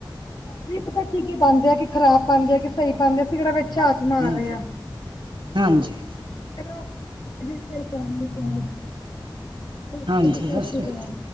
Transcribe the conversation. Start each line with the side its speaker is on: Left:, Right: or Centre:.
Left: ਕੀ ਪਤਾ ਕੀ-ਕੀ ਪਾਂਦੇ ਆ ਕੀ ਖਰਾਬ ਪਾਂਦੇ ਆ, ਕਿ ਸਈ ਪਾਂਦੇ ਆ, ਅਸੀ ਕੈੜਾ ਵਿੱਚ ਆ ਮਾਰ
Right: ਹੂੰ,
Left: ਰਹੇ
Right: ਹਾਂਜੀ।
Left: <inaudible> ਓਕੇ
Right: ਹਾਂਜੀ,
Left: ਜੀ ਸਤਿ
Right: ਸਸ਼੍ਰੀ
Left: ਸ਼੍ਰੀ ਅਕਾਲ
Right: ਕਾਲ।